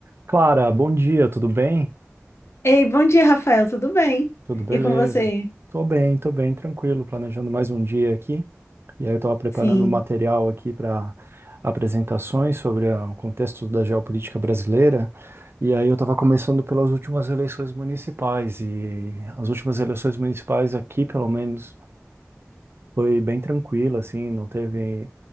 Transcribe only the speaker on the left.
Ei, bom dia, Rafael, tudo bem?
E com você?
Sim.